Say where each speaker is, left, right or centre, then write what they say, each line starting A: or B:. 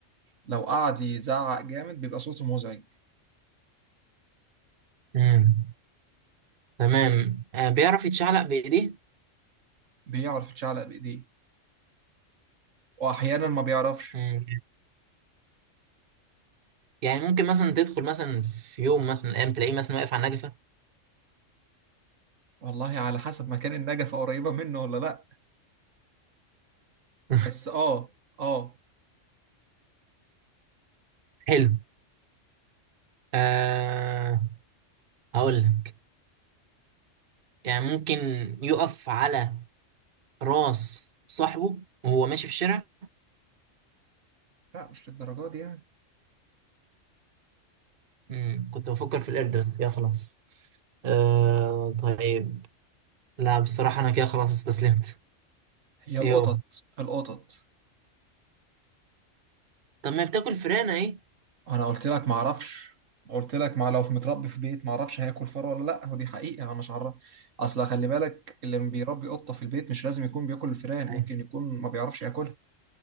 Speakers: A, on the right; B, on the right.
A: لو قعد يزعق جامد بيبقى صوته مزعج
B: امم تمام آه بيعرف يتشعلق بإيديه
A: بيعرف يتشعلق بايديه واحيانا ما بيعرفش
B: مم. يعني ممكن مثلا تدخل مثلا في يوم مثلا من الأيام تلاقيه مثلا واقف على النجفة
A: والله على حسب مكان النجفة قريبة منه ولا لا
B: <laughs>
A: بس اه اه
B: حلو آه هقول لك يعني ممكن يقف على راس صاحبه وهو ماشي في الشارع
A: لا مش للدرجة دي يعني
B: مم. كنت بفكر في القرد بس يا خلاص آه طيب لا بصراحة أنا كده خلاص استسلمت
A: هي
B: يو
A: القطط القطط
B: طب ما بتاكل فراخ أهي
A: انا قلت لك ما اعرفش قلت لك ما لو في متربي في بيت ما اعرفش هياكل فار ولا لا ودي حقيقة انا مش عارف اصل خلي بالك اللي بيربي قطة في البيت مش لازم يكون بياكل الفئران
B: أيوة
A: ممكن يكون ما بيعرفش ياكلها